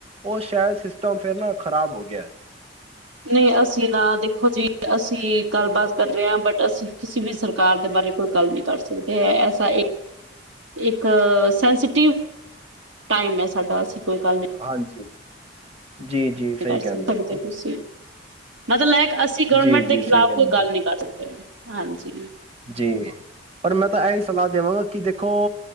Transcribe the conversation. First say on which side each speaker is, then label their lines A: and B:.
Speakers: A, on the right; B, on the right.
A: ਉਹ ਸ਼ਾਇਦ ਸਿਸਟਮ ਫੇਰ ਨਾ ਖ਼ਰਾਬ ਹੋ ਗਿਆ।
B: ਨਹੀਂ ਅਸੀਂ ਤਾਂ ਦੇਖੋ ਜੀ ਅਸੀਂ ਗੱਲਬਾਤ ਕਰ ਰਹੇ ਹਾਂ ਬਟ ਅਸੀਂ ਕਿਸੇ ਵੀ ਸਰਕਾਰ ਦੇ ਬਾਰੇ ਕੋਈ ਗੱਲ ਨਹੀਂ ਕਰ ਸਕਦੇ ਹੈ ਐਸਾ ਇੱਕ ਸੈਂਸਟਿਵ ਟਾਈਮ ਹੈ ਸਾਡਾ ਅਸੀਂ ਕੋਈ ਗੱਲ
A: ਹਾਂਜੀ। ਜੀ ਜੀ ਸਹੀ
B: ਕਰ
A: ਕਹਿੰਦੇ
B: ਸਕਦੇ
A: ਹੋ
B: ਤੁਸੀਂ ਮਤਲਬ ਕੇ ਅਸੀਂ ਗਵਰਮੈਂਟ
A: ਜੀ
B: ਦੇ
A: ਜੀ
B: ਖਿਲਾਫ਼
A: ਸਹੀ ਕਹਿੰਦੇ
B: ਕੋਈ ਗੱਲ
A: ਹੋ
B: ਨਹੀਂ ਕਰ ਸਕਦੇ। ਹਾਂਜੀ
A: ਜੀ ਪਰ ਮੈਂ ਤਾਂ ਇਹੀ ਸਲਾਹ ਦੇਵਾਂਗਾ ਕਿ ਦੇਖੋ